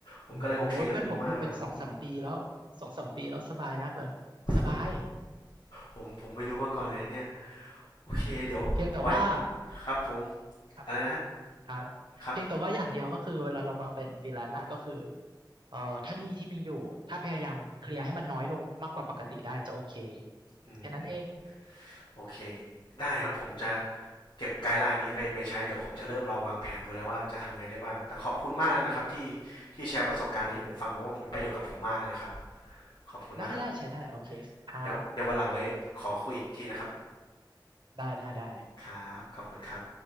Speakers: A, on the left; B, on the right.
A: ผมก็เลยโอเคเรื่องนี้มาก
B: อยู่ได้โอ้ยเพื่อนผมอยู่เป็นสองสามปีแล้วสองสามปีแล้วสบายมากเลย
A: ผม
B: สบาย
A: ผมผมไม่รู้มาก่อนเลยเนี่ยโอเคเดี๋ยวไว้
B: เพียงแต่ว่า
A: ครับผม
B: ครับ
A: อะไรนะฮะ
B: ครับเพียงแต่ว่าอย่างเดียวก็คือเวลาเรามาเป็นฟรีแลนซ์อะก็คือ
A: ครับ
B: เอ่อถ้าหนี้ที่มีอยู่ถ้าพยายามเคลียร์ให้มันน้อยลงมากกว่าปกติได้จะโอเค
A: อืม
B: แค่นั้นเอง
A: โอเคได้ครับผมจะเก็บไกด์ไลน์นี้ไปไปใช้เดี๋ยวผมจะเริ่มลองวางแผนดูแล้วว่าจะทำไงได้บ้างแต่ขอบคุณมากเลยนะครับที่ที่แชร์ประสบการณ์นี้ผมฟังผมว่าเป็นประโยชน์กับผมมากเลยครับขอบคุณนะครับ
B: ได้ได้ใช้ได้โอเคครับ
A: เดี๋ยวเดี๋ยววันหลังไว้ขอคุยอีกทีนะครับ
B: ได้ได้ได้
A: ครับขอบคุณครับ